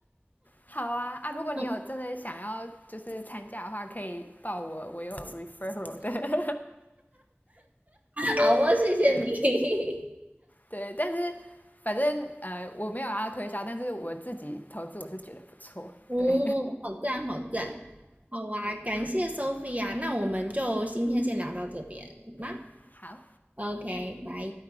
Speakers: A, on the left; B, on the right.
A: 好啊啊！如果你有真的想要就是参加的话，
B: <laughs>
A: 可以报我，我有 referral 的。
B: 好哦，
A: <laughs>
B: 谢谢你。
A: 对对，但是反正呃我没有要推销，但是我自己投资我是觉得不错。
B: <laughs> 哦，
A: 对，
B: 好赞，好赞。好啊，感谢 Sophia。那我们就今天先聊到这边吗
A: <laughs> 好，
B: ？OK，拜。